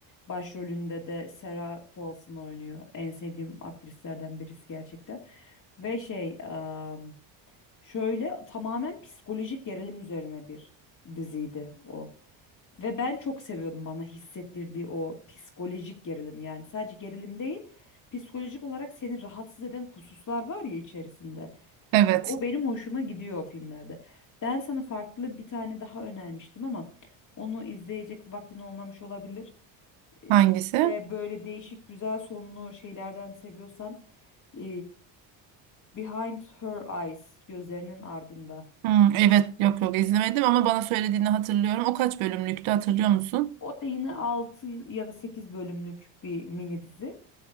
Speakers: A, on the left; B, on the right.
A: Başrolünde de Sarah Paulson oynuyor. En sevdiğim aktrislerden birisi gerçekten. Ve şey, ım, şöyle tamamen psikolojik gerilim üzerine bir diziydi o. Ve ben çok seviyordum bana hissettirdiği o psikolojik gerilim. Yani sadece gerilim değil, psikolojik olarak seni rahatsız eden hususlar var ya içerisinde.
B: Evet.
A: O benim hoşuma gidiyor o filmlerde. Ben sana farklı bir tane daha önermiştim ama onu izleyecek vaktin olmamış olabilir. Ee,
B: Hangisi?
A: ve böyle değişik güzel sonlu şeylerden seviyorsan ee, Behind Her Eyes, gözlerinin ardında.
B: Hmm, evet yok yok izlemedim ama bana söylediğini hatırlıyorum. O kaç bölümlüktü hatırlıyor musun?
A: O da yine 6 ya da 8 bölümlük bir mini dizi.